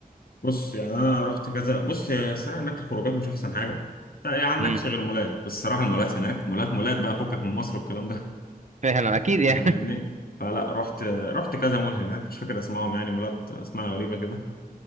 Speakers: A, on the left (about 70°); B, on the right (about 50°).
A: بص يعني أنا رحت كذا بص هي الصراحة هناك الخروجات مش أحسن حاجة يعني عندك
B: امم
A: غير مولات بس الصراحة المولات هناك مولات مولات بقى فكك من مصر والكلام ده <laughs>
B: فعلا أكيد يعني
A: أنت فاهمني
B: <laughs>
A: فلا رحت رحت كذا مول هناك مش فاكر اسمائهم يعني مولات اسمها غريبة كده